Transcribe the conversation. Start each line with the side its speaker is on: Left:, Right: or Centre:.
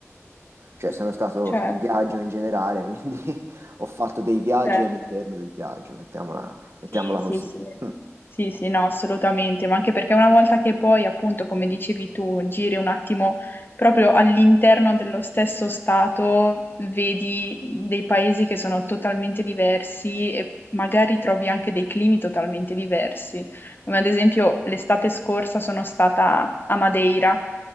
Right: cioè sono stato
Left: certo.
Right: in viaggio in generale, quindi <laughs> ho fatto dei viaggi
Left: certo.
Right: all'interno del viaggio, mettiamola, mettiamola
Left: Sì, sì,
Right: così.
Left: sì,
Right: <laughs>
Left: sì, sì, no, assolutamente, ma anche perché una volta che poi, appunto, come dicevi tu, giri un attimo proprio all'interno dello stesso stato, vedi dei paesi che sono totalmente diversi e magari trovi anche dei climi totalmente diversi. Come ad esempio l'estate scorsa sono stata a Madeira